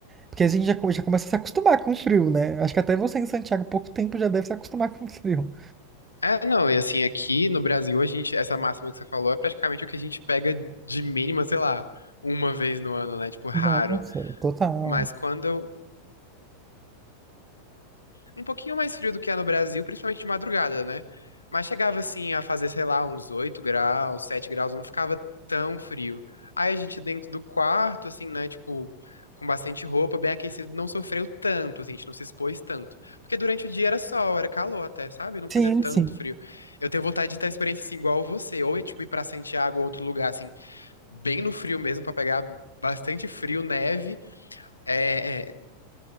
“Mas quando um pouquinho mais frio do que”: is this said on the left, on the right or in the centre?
Left